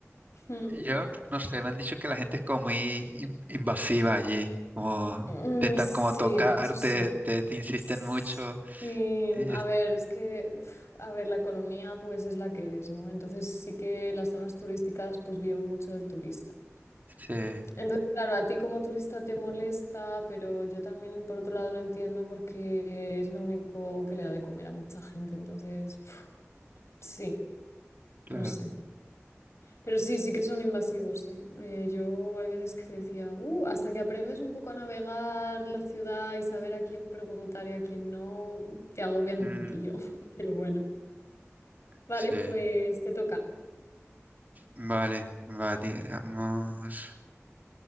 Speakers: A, on the left; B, on the right.
A: Mm.
B: yo no sé, me han dicho que la gente es como muy in- invasiva allí. Como
A: Mm,
B: intentan
A: sí,
B: como tocarte,
A: eso sí.
B: te, te insisten
A: Sí,
B: mucho. Y
A: a
B: es-
A: ver, es que, uf, a ver, la economía pues es la que es, ¿no? Entonces sí que las zonas turísticas pues viven mucho del turista.
B: sí.
A: Entonces, claro, a ti como turista te molesta, pero yo también por otro lado lo entiendo porque es lo único que le da de comer a mucha gente. Entonces, uf, sí,
B: Claro.
A: no sé. Pero sí, sí que son invasivos, ¿eh? Eh, yo hay veces que decía, "Uh, hasta que aprendes un poco a navegar la ciudad y saber a quién preguntar y a quién no, te agobian un
B: Mm,
A: poquillo. <laughs> Pero bueno, vale,
B: sí.
A: pues te toca.
B: Vale, va, digamos.